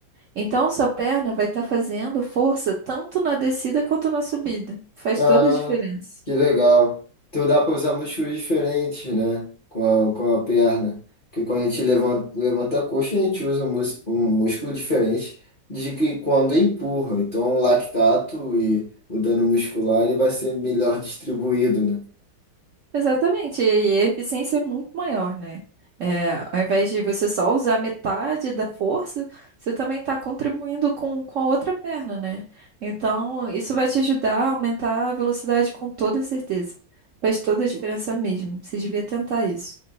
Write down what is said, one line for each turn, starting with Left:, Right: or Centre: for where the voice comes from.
Right: Então, sua perna vai estar fazendo força tanto na descida quanto na subida. Faz
Left: Ah,
Right: toda a diferença.
Left: que legal. Então dá para usar músculos diferentes, né? Com a, com a perna. Porque quando a gente levanta, levanta a coxa, a gente usa um, mus- um músculo diferente de que quando empurra. Então o lactato e o dano muscular ele vai ser melhor distribuído, né?
Right: Exatamente, e a eficiência é muito maior, né? É, ao invés de você só usar metade da força, você também está contribuindo com, com a outra perna, né? Então, isso vai te ajudar a aumentar a velocidade com toda certeza. Faz toda a diferença mesmo. Você devia tentar isso.